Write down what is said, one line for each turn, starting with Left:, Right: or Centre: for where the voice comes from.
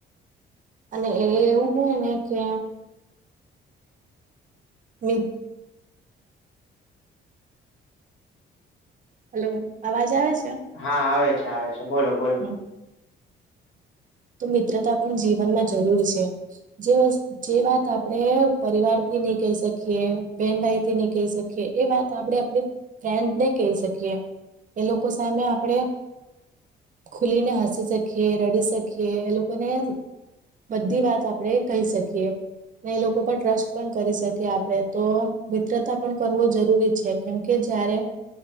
Right: અને એ એવું હોય ને કે મિત હલો, અવાજ આવે છે?
Left: હા, આવે છે આવે છે. બોલો બોલ
Right: હા, તો મિત્રતા પણ જીવનમાં જરૂર છે જે વસ જે વાત આપડે પરિવાર થી નહી કહી શકીએ બેહેન ભાઈ થી નહી કહી શકીએ એ વાત તા આપ આપણડી ફ્રેન્ડ નહી કહી શકીએ એ લોકો સામે આપડે ખુલી ને હસી શકીએ રડી શકીએ એ લોકોને બધી વાત આપડે કહી શકીએ. ને એ લોકો પર ટ્રસ્ટ પણ કરી શકીએ આપડે તો મિત્રતા પણ કરવો જરૂરી છે. કેમ કે જયારે